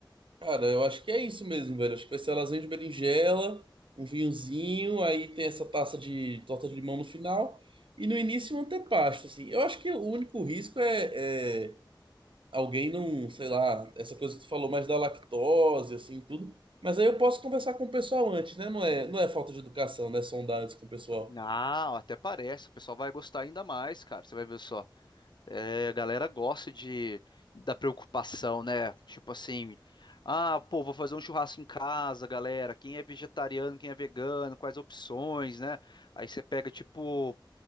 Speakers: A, on the right (about 75°); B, on the left (about 60°).
A: Cara, eu acho que é isso mesmo, velho. Acho que vai ser lasanha de berinjela, um vinhozinho, aí tem essa taça de torta de limão no final, e no início um antepasto, assim. Eu acho que o único risco é, é alguém não, sei lá, essa coisa que tu falou mais da lactose, assim, tudo. Mas aí eu posso conversar com o pessoal antes, né? Não é, não é falta de educação, né? Sondar antes com o pessoal.
B: Não, até parece. O pessoal vai gostar ainda mais, cara. Você vai ver só. É, a galera gosta de da preocupação, né? Tipo assim, ah, pô, vou fazer um churrasco em casa, galera. Quem é vegetariano, quem é vegano, quais opções, né? Aí você pega, tipo